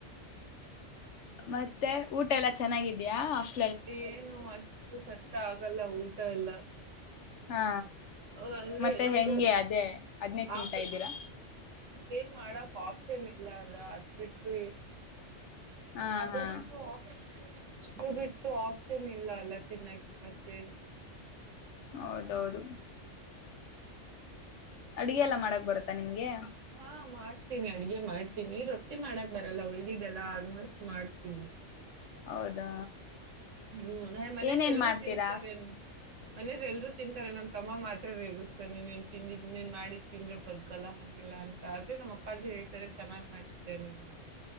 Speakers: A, on the left (about 70°); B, on the right (about 80°).
A: ಮತ್ತೆ ಊಟ ಎಲ್ಲಾ ಚೆನ್ನಾಗಿ ಯ ಅಷ್
B: ಏನು ಅಷ್ಟು ಸತ್ತ ಆಗ್ ಲ್ಲ ಊಟ ಎಲ್ಲ
A: ಹಾ
B: ಹ ಅಂದ್ರೆ
A: ಮತ್ತೆ
B: ನಮ್ದು
A: ಹೆಂಗೆ ಅದೇ ಅದ್ನೇ ತಿಂತಾ
B: ಆಕ
A: ಇದ್ದೀರಾ
B: ಏನ್ ಮಾಡಕ್ ಆಪ್ಷನ್ ಇಲ್ಲ ಅಲ್ಲ ಅದ್ ಬಿಟ್ಟು
A: ಹಾ
B: ಅದು
A: ಹಾ
B: ಬಿಟ್ಟು ಅದು ಬಿಟ್ ಆಪ್ಷನ್ ಇಲ್ಲ ಅಲ್ಲ ತಿನ್ನಕ ಮತ್ತೇನಿಲ್ಲ.
A: ಹೌದೌದು. ಅಡಗೆ ಎಲ್ಲಾ ಮಾಡಕ್ ಬರುತ್ತಾ ನಿಮ್ಗೆ?
B: ಹಾ ಮಾಡ್ ತಿನಿ ಅಡ್ಗೆ ಮಾಡ್ತೀನಿ. ರೊ ಮಾಡಕ್ ಬರಲ್ಲ ಒಳ್ಳಿದೆಲ್ಲ ಆಲ್ಮೋಸ್ಟ್ ಮಾಡ್ತೀನಿ.
A: ಹೌದಾ
B: ಹ್ಮ್ ನಮ್ ಮನೇಲಿ
A: ಏನೇನ್
B: ಎಲ್ರೂ
A: ಮಾಡ್ತೀರಾ
B: ತಿನ್ತಾರೆೇನ್ <inaudible> ಮನೇರ್ ಎಲ್ರುೂ ತಿಂತಾರೆ, ನಮ್ ತಮ್ಮ ಮಾತ್ರ ರೇಗಿಸ್ತಾನೆ. ನೀನ್ ತಿಂದಿದ ನೀನ್ ಮಾಡಿ ತಿಂದ್ರ ಬದಕಲ್ಲ ಹಂಗಿಲ್ಲ ಅಂತ ಆದ್ರೆ ನಮ್ಮ ಅಪ್ಪಾಜಿ, ಹೇಳ್ತಾರೆ ಚೆನ್ನಾಗ್ ಮಾಡಿದಿಯ ನೀನು.